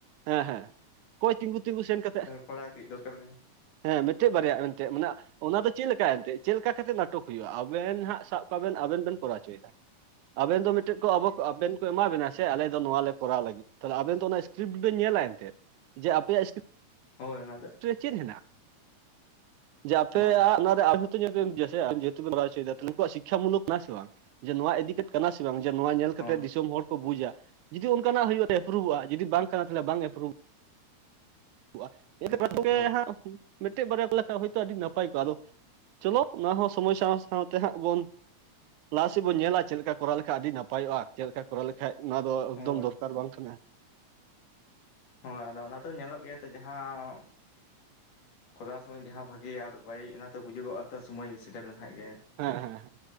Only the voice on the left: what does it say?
ᱯᱟᱦᱟᱣ ᱠᱟᱹᱡ ᱫᱚᱨᱠᱟᱨ ᱠᱟᱱᱟ᱾
ᱦᱳᱭ ᱚᱱᱟ ᱫᱚ
ᱦᱳᱭ
ᱦᱳᱭ
ᱦᱳᱭ
ᱦᱳᱭ
ᱦᱳᱭ ᱟᱫᱚ ᱚᱱᱟ ᱫᱚ ᱧᱮᱞᱚᱜ ᱜᱮᱭᱟ ᱛᱚ ᱡᱟᱦᱟᱸ ᱠᱚᱨᱟᱣ ᱥᱚᱢᱚᱭ ᱡᱟᱦᱟᱸ ᱵᱷᱟᱜᱮ ᱟᱨ ᱵᱟᱹᱲᱤᱡ ᱚᱱᱟᱛᱚ ᱵᱩᱡᱟᱹᱜᱚᱜ-ᱟ ᱛᱚ ᱥᱚᱢᱚᱭ ᱥᱮᱴᱮᱨ ᱞᱮᱱᱠᱷᱟᱡ ᱜᱮ᱾